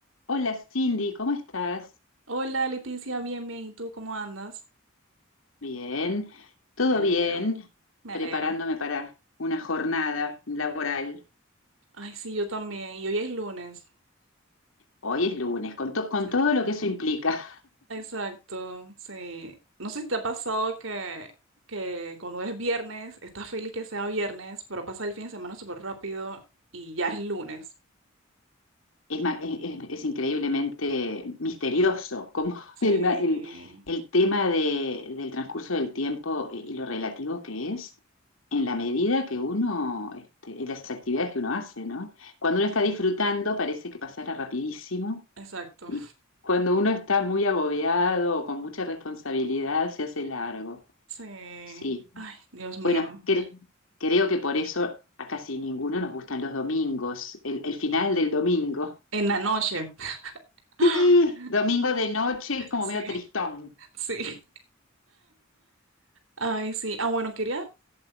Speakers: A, on the left; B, on the right.
A: Hola Cindy, ¿cómo estás?
B: Hola Leticia, bien, bien. ¿Y tú cómo andas?
A: Bien, todo
B: Me alegro,
A: bien,
B: me
A: preparándome
B: alegro.
A: para una jornada laboral.
B: Ay, sí, yo también. Y hoy es lunes.
A: Hoy es lunes, con, to- con
B: Sí.
A: todo lo que eso implica.
B: Exacto, sí. No sé si te ha pasado que, que cuando es viernes, estás feliz que sea viernes, pero pasa el fin de semana súper rápido y ya es lunes.
A: Es, ma- es- es- es increíblemente misterioso como <laughs>
B: Sí,
A: el, ma- el- el tema de- del transcurso del tiempo eh, y lo relativo que es en la medida que uno, este, en las actividades que uno hace, ¿no? Cuando uno
B: sí,
A: está disfrutando parece que pasara rapidísimo
B: exacto.
A: Y cuando uno está muy agobiado o con mucha responsabilidad, se hace largo.
B: Sí.
A: Sí.
B: Ay, Dios mío.
A: Bueno, cre- creo que por eso a casi ninguno nos gustan los domingos, el, el final del domingo.
B: En la noche. <gasps> <laughs>
A: Sí, domingo de noche es como
B: Sí,
A: medio tristón.
B: sí. Ay, sí. Ah, bueno, quería